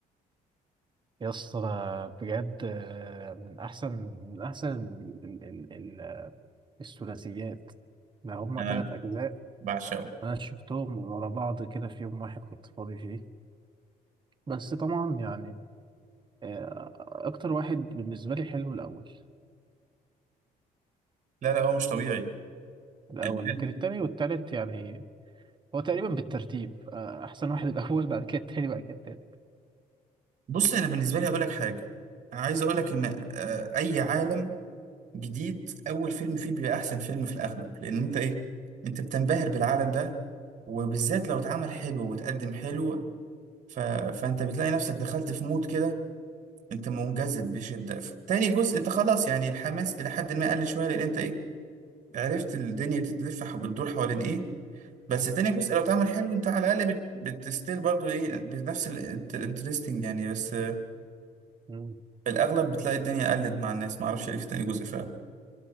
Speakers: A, on the right (about 30°); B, on the right (about 50°).
A: يا اسطى ده بجد آه، من احسن من احسن ال- ال- ال- ال- الثلاثيات ده هما
B: انا
A: تلات اجزاء
B: بعشقه
A: انا شفتهم ورا بعض كده في يوم واحد كنت فاضي فيه بس طبعا يعني آه، اكتر واحد بالنسبه لي حلو الاول
B: لا لا هو مش طبيعي
A: الاول
B: الفيلم
A: لكن التاني والتالت يعني هو تقريبا بالترتيب آه، احسن واحد الاول بعد كده التاني بعد كده التالت
B: بص انا بالنسبه لي اقول لك حاجه عايز اقول لك ان آه، اي عالم جديد اول فيلم فيه بيبقى احسن فيلم في الاغلب لان انت ايه انت بتنبهر بالعالم ده وبالذات لو اتعمل حلو وتقدم حلو ف... فانت بتلاقي نفسك دخلت في مود كده انت منجذب بشدة ف- تاني جزء انت خلاص يعني الحماس الى حد ما قل شوية لان انت ايه عرفت الدنيا بتتلف ح- بتدور حوالين ايه بس تاني جزء لو اتعمل حلو انت على الاقل بت... بتستيل برضو ايه بنفس الانترستنج يعني بس
A: مم.
B: في الاغلب بتلاقي الدنيا قلت مع الناس معرفش ليه في تاني جزء فعلا